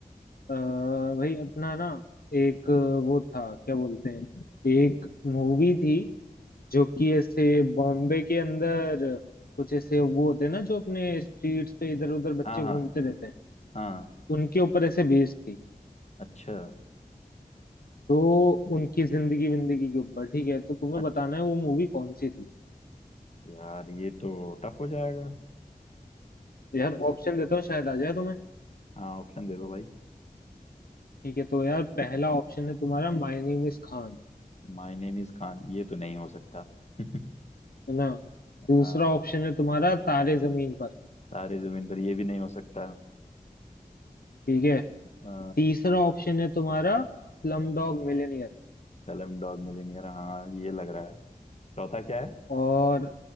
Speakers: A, on the left; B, on the left.
A: अ, भाई अपना ना एक वो था क्या बोलते हैं एक मूवी थी जो कि ऐसे बॉम्बे के अंदर कुछ ऐसे वो होते हैं ना जो अपने स्ट्रीट्स पे इधर उधर बच्चे
B: हाँ हाँ
A: घूमते रहते हैं
B: हाँ
A: उनके ऊपर ऐसे बेस्ड थी
B: अच्छा
A: तो उनकी जिंदगी विंदगी के ऊपर ठीक है तो तुम्हें
B: अच्छा
A: बताना है वो मूवी कौन सी थी
B: यार ये तो टफ हो जाएगा
A: तो यार ऑप्शन देता हूँ शायद आ जाए तुम्हें
B: हाँ ऑप्शन दे दो भाई
A: ठीक है तो यार पहला ऑप्शन है तुम्हारा माय नेम इज खान
B: माय नेम इज खान ये तो नहीं हो सकता <laughs>
A: है ना दूसरा
B: आ,
A: ऑप्शन है तुम्हारा तारे जमीन पर
B: सारे जमीन पर ये भी नहीं हो सकता
A: ठीक है
B: आ,
A: तीसरा ऑप्शन है तुम्हारा स्लम डॉग मिलियनेयर
B: सलम डॉग मिलियनेयर हाँ ये लग रहा है चौथा क्या है
A: और